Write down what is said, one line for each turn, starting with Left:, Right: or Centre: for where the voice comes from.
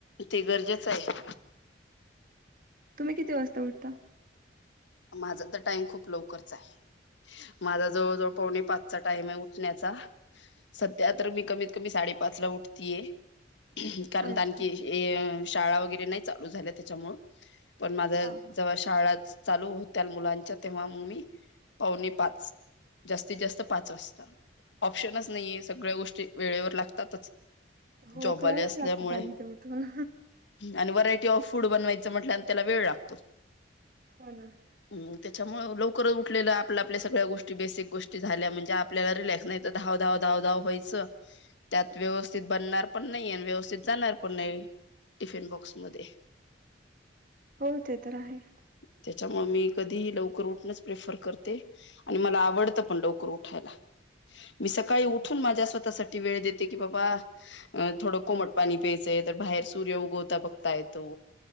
Left: ते गरजेचं आहे.
Right: तुम्ही किती वाजता उठता
Left: माझा तर टाइम खूप लवकरच आहे. माझा जवळ जवळ पावणे पाचचा टाइम आहे उठण्याचा. सध्या तर मी कमीत कमी साडेपाच ला उठतेये कारण
Right: अच्छा
Left: आणखी शाळा वगैरे नाही चालू झाल्या त्याच्यामुळ पण माझ जव्हा
Right: हा हा.
Left: शाळा चालू होत मुलांच्या तेव्हा मग मी पावणी पाच जास्तीत जास्त पाच वाजता. ऑप्शनच नाहीये सगळ्या गोष्टी वेळेवर लागतातच.
Right: हो
Left: जॉबवाले
Right: करावंच
Left: असल्यामुळे
Right: लागतंनी ते उठून.
Left: आणि व्हरायटी ऑफ फूड बनवायचं म्हटल्या आणि त्याला वेळ लागतो.
Right: हो ना.
Left: हम त्याच्यामुळे लवकरच उठले आपल्या आपल्या सगळ्या गोष्टी बेसिक गोष्टी झाल्या म्हणजे. आपल्याला रिलॅक्स नाही धा धा धाव धाव वयचं. त्यात व्यवस्थित बनणार पण नाही आणि व्यवस्थित जाणार पण नाही टिफिन बॉक्स मध्ये
Right: हो ते तर आहे
Left: त्याच्यामुळे मी कधीही लवकर उठणच प्रेफर करते आणि मला आवडतं पण लवकर उठायला मी सकाळी उठून माझ्या स्वतःसाठी वेळ देते की बाबा अं थोडं कोमट पाणी प्यायचंय तर बाहेर सूर्य उगवता बघता येतो